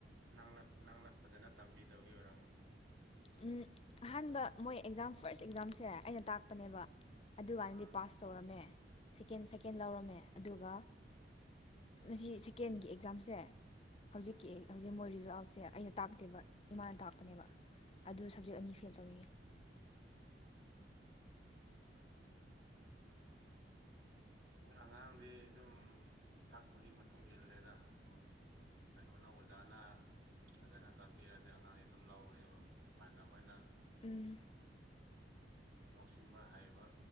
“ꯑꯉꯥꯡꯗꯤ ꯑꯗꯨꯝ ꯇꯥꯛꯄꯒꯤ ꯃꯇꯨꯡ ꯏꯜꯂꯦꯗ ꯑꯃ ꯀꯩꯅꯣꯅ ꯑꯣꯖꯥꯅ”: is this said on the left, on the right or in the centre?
Right